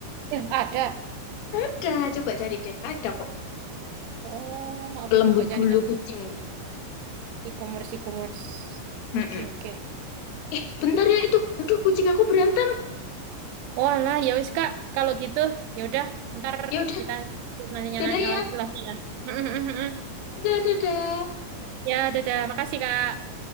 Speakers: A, on the right; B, on the left.
A: Ya, ada.
B: Ada, coba cari deh. Ada kok.
A: Oh, aku
B: Pelembut
A: coba cari
B: bulu
A: nanti
B: kucing.
A: e-commerce e-commerce.
B: Mm-mm.
A: Oke oke.
B: eh bentar ya itu aduh kucing aku berantem
A: Walah, ya wis Kak, kalau gitu ya udah ntar
B: ya udah
A: kita nanya-nanya
B: dadah ya
A: lagi lagi ya. <laughs>
B: dadah dadah
A: Ya, dadah. Makasih, Kak.